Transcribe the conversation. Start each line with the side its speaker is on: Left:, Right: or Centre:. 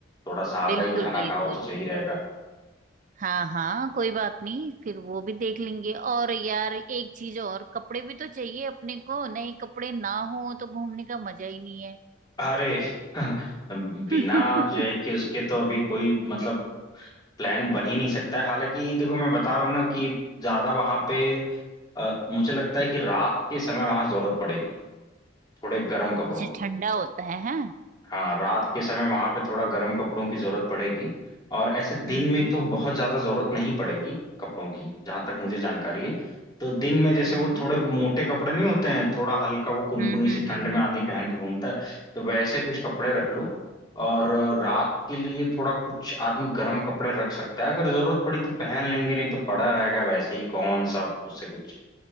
Left: थोड़ा सादा
Right: बिल्कुल
Left: ही खाना
Right: बिल्कुल
Left: खाओ तो सही रहेगा
Right: हाँ हाँ कोई बात नहीं फिर वो भी देख लेंगे और यार एक चीज और कपड़े भी तो चाहिए अपने को नए कपड़े ना हो तो घूमने का मजा ही नहीं है
Left: अरे <laughs> बिना
Right: <laughs>
Left: जो है कि उसके तो अभी कोई मतलब प्लान बन ही नहीं सकता है हालांकि देखो मैं बता रहा हूँ ना कि ज्यादा वहां पे अ, मुझे लगता है कि रात के समय वहां जरूरत पड़ेगी थोड़े गर्म कपड़ों
Right: अच्छा
Left: की
Right: ठंडा होता है हैं
Left: हाँ रात के समय वहां पे थोड़ा गर्म कपड़ों की जरूरत पड़ेगी और ऐसे दिन
Right: हम्म
Left: में
Right: हम्म
Left: तो बहुत ज्यादा जरूरत नहीं पड़ेगी कपड़ों की जहां तक मुझे जानकारी है तो दिन में जैसे
Right: हम्म
Left: वो थोड़े मोटे कपड़े नहीं होते हैं थोड़ा हल्का वो कुनकुनी
Right: हम्म हम्म
Left: सी ठंड
Right: हम्म
Left: में
Right: हम्म।
Left: आदमी पहन के घूमता है तो वैसे कुछ कपड़े रख लो और रात के लिए थोड़ा कुछ आदमी गर्म कपड़े रख सकता है अगर जरूरत पड़ी तो पहन लेंगे नहीं तो पड़ा रहेगा वैसे ही कौन सा उससे कुछ